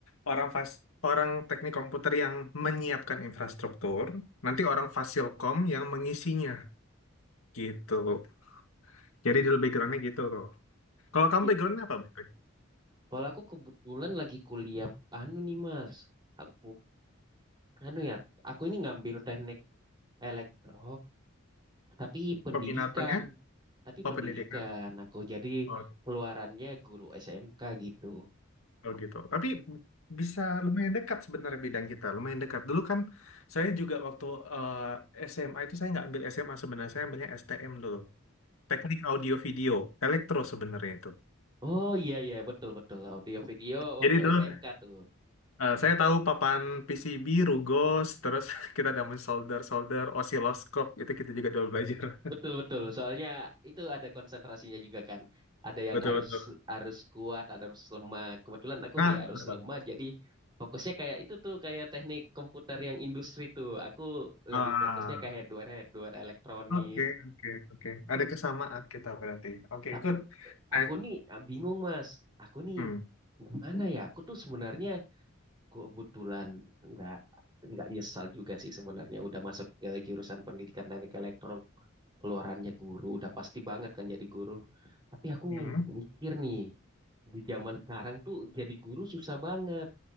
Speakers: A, on the left; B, on the right.
A: orang fas orang teknik komputer yang menyiapkan infrastruktur, nanti orang fasilkom yang mengisinya gitu. Jadi di background-nya gitu tuh. Kalau kamu
B: Iya.
A: background-nya apa? Boy?
B: Kalau aku kebetulan lagi kuliah anu nih Mas. Aku anu ya, aku ini ngambil teknik elektro. tapi pendidikan
A: Peminatannya?
B: tapi
A: Oh,
B: pendidikan
A: pendidikan.
B: aku jadi
A: Oh, gitu.
B: keluarannya guru SMK gitu
A: Oh gitu. Tapi bisa lumayan dekat sebenarnya bidang kita, lumayan dekat. Dulu kan saya juga waktu eh, SMA itu saya nggak ambil SMA sebenarnya, saya ambilnya STM dulu. Teknik Audio Video, elektro sebenarnya itu.
B: oh iya iya betul betul audio video waktu
A: Jadi dulu
B: SMK tuh
A: eh, saya tahu papan PCB, rugos, terus <laughs> kita ada solder-solder, osiloskop, itu kita juga dulu belajar.
B: betul betul soalnya itu ada konsentrasinya juga kan
A: <laughs>
B: ada yang
A: Betul-betul.
B: harus harus kuat ada harus lemah kebetulan aku
A: Nah,
B: di harus
A: betul.
B: lemah jadi fokusnya kayak itu tuh kayak teknik komputer yang industri tuh aku lebih
A: Ah,
B: fokusnya ke hardware hardware elektronik
A: oke, oke, oke. Ada kesamaan kita berarti. Oke,
B: Tapi
A: good. Eh,
B: aku nih ah, bingung Mas. Aku nih
A: hmm,
B: gimana ya? Aku tuh sebenarnya kebetulan nggak nggak nyesal juga sih sebenarnya udah masuk ke jurusan pendidikan teknik elektro keluarannya guru udah pasti banget kan jadi guru. Tapi aku
A: hmm.
B: mikir nih di zaman sekarang tuh jadi guru susah banget.